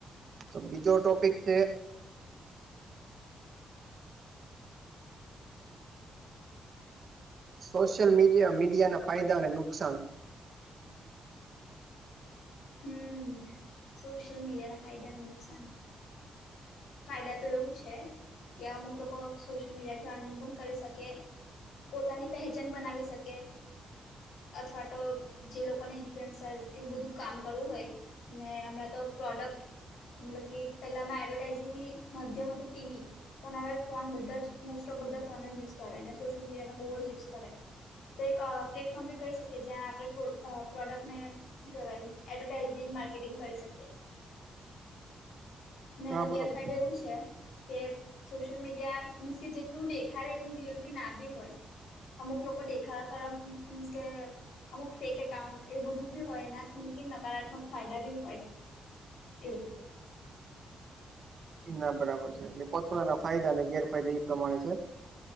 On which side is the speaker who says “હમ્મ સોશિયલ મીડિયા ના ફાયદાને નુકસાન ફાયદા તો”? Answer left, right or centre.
Left